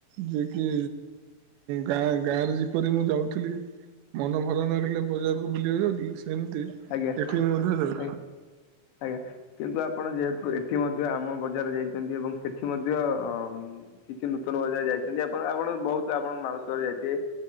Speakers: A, on the right (about 80°); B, on the left (about 80°).
A: ଯିଏ କି? ଗାଁ ଗାଁ ରେ ଯେପରି ମୁଁ ଯାଉଥିଲି ମନ ଭଲ ନ ଲାଗିଲେ ବଜାରକୁ ବୁଲିବାକୁ ଯାଉଥିଲି, ସେମିତି
B: ଆଜ୍ଞା,
A: ଏଠି ମଧ୍ୟ ଯାଉଛି
B: ଆଜ୍ଞା ଆଜ୍ଞା କିନ୍ତୁ ଆପଣ ଯେହେତୁ ଏଠି ସେଠି ମଧ୍ୟ ଆମ ବଜାର ଯାଇଛନ୍ତି ଏବଂ ସେଠି ମଧ୍ୟ କିଛି ନୂତନ ବଜାର ଯାଇଛନ୍ତି ଆପଣ ଆପଣ ବହୁତ ଆପଣ ମାଉସୀ ଘର ଯାଇଥିବେ